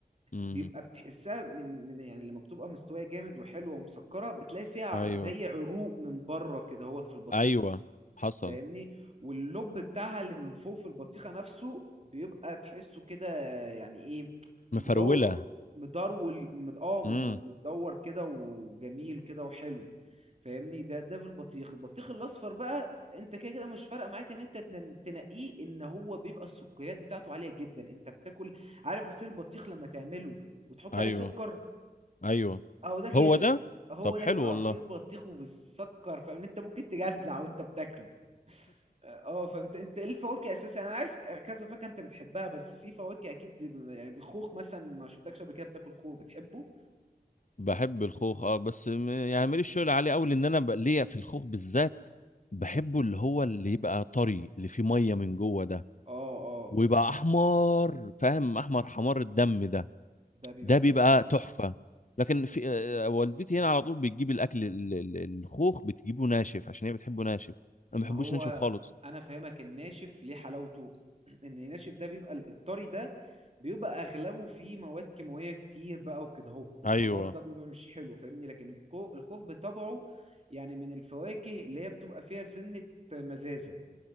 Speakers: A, on the left (about 50°); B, on the right (about 40°).
A: امم
B: بيبقى بتحسها من من يعني لما بتبقى مستويه جامد وحلوه ومسكره بتلاقي فيها
A: ايوه
B: زي عروق من بره كده هوت في البطيخه
A: ايوه حصل
B: فاهمني واللب بتاعها اللي من فوق في البطيخة نفسه بيبقى تحسه كده يعني ايه
A: مفرولة
B: مدور مدرول مد... اه م-
A: امم
B: مدور كده وجميل كده وحلو فاهمني ده ده في البطيخ البطيخ الاصفر بقى انت كده كده مش فارقه معاك ان انت تن- تنقيه ان هو بيبقى السكريات بتاعته عاليه جدا انت بتاكل عارف عصير البطيخ لما تعمله وتحط
A: ايوه
B: عليه سكر
A: ايوه
B: اهو ده كده
A: هو ده
B: هو
A: طب حلو
B: ده ك- عصير
A: والله
B: بطيخ وبالسكر فاهم انت ممكن تجزع وانت بتاكله اه فانت انت ايه الفواكه اساسا انا عارف كذا فاكهه انت بتحبها بس في فواكه اكيد ب- يعني بالخوخ مثلا ما شفتكش قبل كده بتاكل خوخ بتحبه
A: بحب الخوخ اه بس م- يعني ماليش شغل عليه قوي لان انا بقى ليا في الخوخ بالذات بحبه اللي هو اللي يبقى طري اللي فيه ميه من جوه ده
B: اه اه
A: ويبقى احمر فاهم احمر حمار الدم ده
B: ده بيبقى
A: ده
B: جامد
A: بيبقى
B: فعلا
A: تحفة لكن في آه، والدتي هنا على طول بتجيب الاكل ال- ال- الخوخ بتجيبه ناشف عشان هي بتحبه ناشف انا ما
B: ما
A: بحبوش
B: هو
A: ناشف خالص
B: انا فاهمك الناشف ليه حلاوته <clears throat> ان الناشف ده بيبقى ال- الطري ده بيبقى اغلبه فيه مواد كيماويه كتير بقى وكده اهو والحمار
A: ايوه
B: ده بيبقى مش حلو فاهمني لكن الكو- الخوخ بطبعه يعني من الفواكه اللي هي بتبقى فيها سنه مزازه